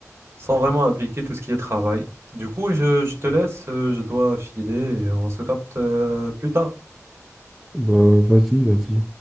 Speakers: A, on the right; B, in the centre.
A: sans vraiment impliquer tout ce qui est travail. Du coup, je, je te laisse, euh, je dois filer et on se capte euh, plus tard.
B: Bah, vas-y, vas-y.